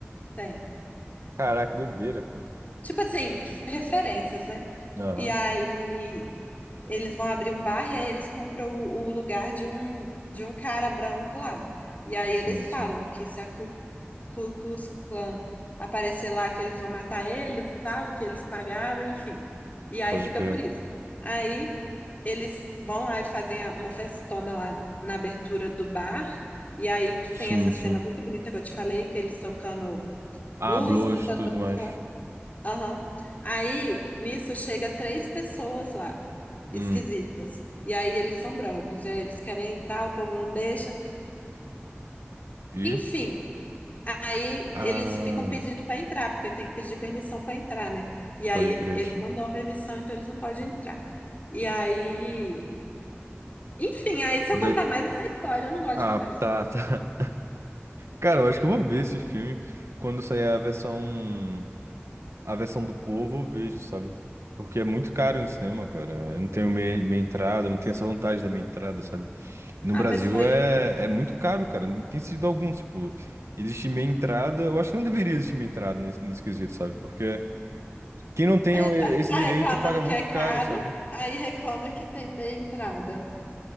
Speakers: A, on the left (about 35°); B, on the right (about 85°).
A: Tem.
B: Caraca, que doideira, cara.
A: Tipo assim, referências, né?
B: Aham.
A: E aí. Eles vão abrir um bar e aí eles compram o, o lugar de um, de um cara branco lá. E aí
B: Sim,
A: eles
B: sim.
A: falam que se a Ku, Ku Klux Klan aparecer lá, que eles vão matar eles e tal, que eles pagaram, enfim. E aí
B: Pode
A: fica
B: crer.
A: por isso. Aí eles vão lá e fazem a- uma festona lá na abertura do bar. E aí que
B: Sim,
A: tem essa cena
B: sim.
A: muito bonita que eu te falei, que eles tocando
B: Ah,
A: blues,
B: blues,
A: cantando
B: tudo
A: uma
B: mais.
A: música lá. Aham. Aí, nisso, chega três pessoas lá esquisitas.
B: Hum.
A: E aí eles são brancos, e aí eles querem entrar, o povo não deixa.
B: E?
A: Enfim, aí
B: Ah,
A: eles ficam pedindo para entrar, porque tem que pedir permissão para entrar, né? E aí
B: pode crer,
A: eles
B: sim.
A: não dão a permissão, então eles não podem entrar. E aí, enfim, aí se
B: Daí...
A: eu contar mais, isso é spoiler, eu não gosto
B: Ah,
A: de contar spoiler.
B: tá, tá. <laughs> Cara, eu acho que eu vou ver esse filme quando sair a versão... A versão do povo, eu vejo, sabe? Porque é muito caro no cinema, cara. Eu não tenho meia, meia entrada, não tenho essa vantagem da meia entrada, sabe? No
A: Ah,
B: Brasil
A: mas foi.
B: é, é muito caro, cara. Não tem sentido algum, tipo, existe meia entrada. Eu acho que não deveria existir meia entrada nesse, nesse quesito, sabe? Porque quem não tem
A: é,
B: eh,
A: tá,
B: esse
A: tá
B: direito
A: reclamando
B: paga muito
A: que é caro,
B: caro, sabe?
A: aí reclama que tem meia entrada.